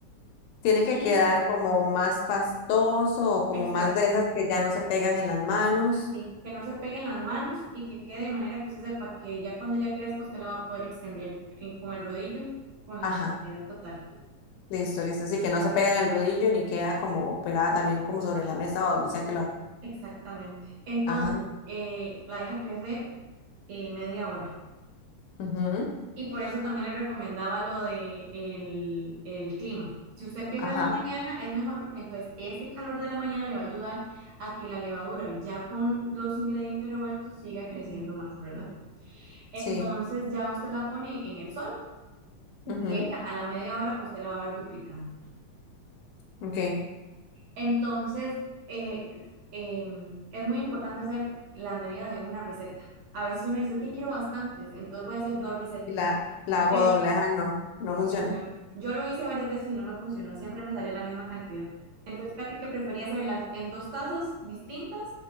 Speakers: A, on the left (about 80°); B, on the right (about 60°).
A: Tiene que
B: Y
A: quedar como más pastoso o como
B: exacto.
A: más de esas que ya no se pegan en las manos.
B: Sí, que no se peguen las manos y que quede de manera que usted sepa que ya cuando ya crezca usted la va a poder extender en- con el rodillo, con
A: Ajá,
B: la facilidad total.
A: listo, listo. Así que no se pegan al rodillo ni queda como pegada también como sobre la mesa o donde sea que lo haga.
B: Exactamente. Entonces,
A: Ajá,
B: eh, la deja crecer eh, media hora.
A: ujú,
B: Y por eso también le recomendaba lo de el, el clima. Si usted empieza
A: Ajá.
B: en la mañana, es mejor porque entonces ese calor de la mañana le va a ayudar a que la levadura, ya con los ingredientes revueltos, siga creciendo más, ¿verdad? Entonces
A: Sí.
B: ya usted la pone en el sol y
A: ujú,
B: ella a la media hora usted la va a ver duplicado.
A: Ok.
B: Entonces, eh, em, es muy importante hacer la medida de una receta. A veces uno dice, es que quiero bastantes, entonces voy a hacer dos recetas,
A: Y la, la hago
B: pero
A: doble. Ajá, no, no
B: no
A: funciona.
B: funciona. Yo lo hice varias veces y no me funcionó, siempre me salía la misma cantidad. Entonces, casi que prefería hacerlas en dos tazas distintas,